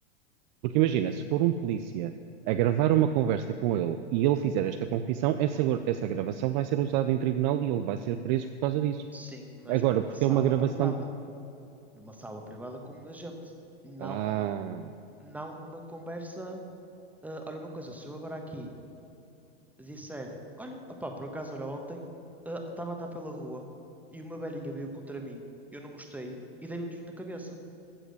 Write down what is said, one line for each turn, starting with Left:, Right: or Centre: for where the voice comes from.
Right: Porque imagina, se for um polícia a gravar uma conversa com ele e ele fizer esta confissão, essa, gra- essa gravação vai ser usada em tribunal e ele vai ser preso por causa disso.
Centre: Sim, mas
Right: Agora,
Centre: numa
Right: porque
Centre: sala
Right: é uma gravação
Centre: privada.
Right: do.
Centre: Numa sala privada com um agente. Não,
Right: Ah,
Centre: não numa conversa. ah, olha uma coisa, se eu agora aqui disser, olha, opá, por acaso, olha, ontem ah, estava a andar pela rua e uma velhinha veio contra mim, eu não gostei e dei-lhe um tiro na cabeça.